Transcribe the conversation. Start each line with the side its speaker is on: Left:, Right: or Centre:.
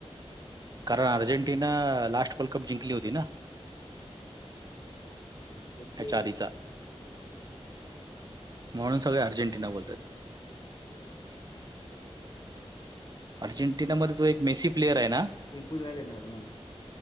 Right: कारण अर्जेंटिना लास्ट वर्ल्ड कप जिंकली होती ना ह्याच्या
Left: ओके
Right: आधीचा म्हणून
Left: हम्म,
Right: सगळे
Left: हम्म.
Right: अर्जंटिना बोलतात अर्जेंटिनामध्ये तो एक मेी प्लेअर आहे ना
Left: उद्या देणार मग